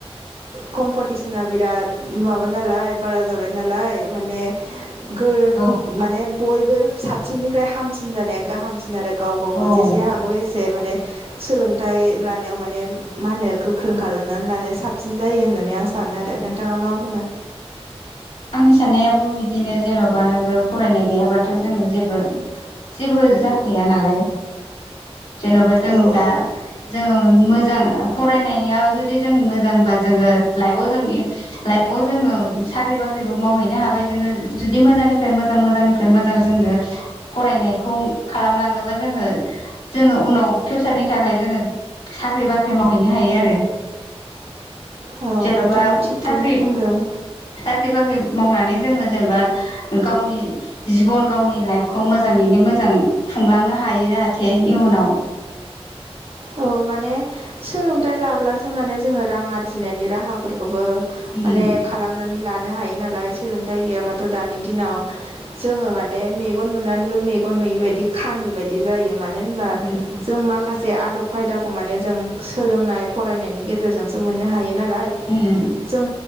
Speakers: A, on the right (about 65°); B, on the left (about 80°).
A: कम्पिटिसना बिराद माबा नालाय बारा जाबाय नालाय माने गो
B: औ
A: माने बयबो साबसिननिफ्राय हामसिन जानाया गाहामसिन आरो गाव गावखौ
B: औ
A: जेसे हागौ एसे से माने सोलोंथाइ लानायाव माने मा होनो गोख्रों खालामनानै लानो साबसिन जायो होननानै आं सानो आरो नोंथाङा मा बुङो?
B: आंनि साननायाबो बिदिनो जेन'बा नोङो फरायनाय गैया बाथ' जोङो जेबो जेबो जाखैया नालाय जेन'बा जों
A: औ
B: दा
A: औ
B: जोंङो मोजां फरायनानियाव जुदि जों मोजांबा जोङो लाइफआव जों लाइफ आव जोंइो साख्रि साख्रिबो मावहैनो हाबाय जोङो जुदि मोजांनिफ्राय मोजां मोजांनिफ्राय मोजां जोंनो फरायनायखौ खालामलाङोबा जोङो जोङो उनाव फिउसारनि थाखाय जोङो साख्रि बाख्रि मावहैनो हायो आरो।
A: औ
B: जेन'बा
A: नोंथाङा थिगखौनो
B: साख्रि
A: बुंदों
B: सा मावनानै जोङो जेनेबा गावनि जिब'न गावनि लाइफखौ मोजाङैनो मोजां खुंलांनो हायो जाहाथे इयुनाव
A: औ माने सोलोंथाइ लाब्लासो माने जोङो रां आरजिनायनि राहाफोरफोरखौ
B: उम
A: माने खालामनानै लानो हायो नालाय सोलोंथाइ गैयाबाथ' दानि दिनाव जोङो माने मेगन नुनानैबो नुयिबायदि खानि बायदि जायो मानो होनोबा
B: उम
A: जों माखासे आदब खायदाखौ माने जों सोलोंनाय फरायनायनि गेजेरजोंसो मोननो हायो नालाय
B: उम
A: जों